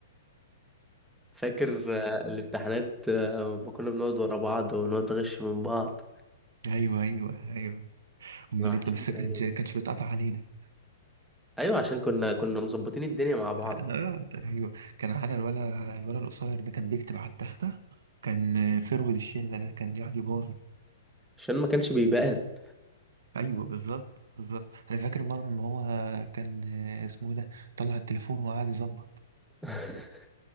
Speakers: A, in the centre; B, on the right (about 80°).
A: فاكر آه، الامتحانات آه، ما كنا بنقعد ورا بعض ونقعد نغش من بعض
B: ايوه ايوه ايوه امال
A: أنا وحشتني
B: انت بس كانت
A: الأيام
B: كانتش
A: دي.
B: بتقطع علينا
A: ايوه عشان كنا كنا مظبطين الدنيا مع بعض
B: آه ايوه كان معانا الولا الولا القصير ده كان بيكتب على التخته كان آه، فرود الشله ده كان يقعد يباظي
A: عشان ما كانش بيبان
B: ايوه بالظبط بالظبط انا فاكر مره ان هو كان آه، اسمه إيه ده طلع التليفون وقعد يظبط
A: <laughs>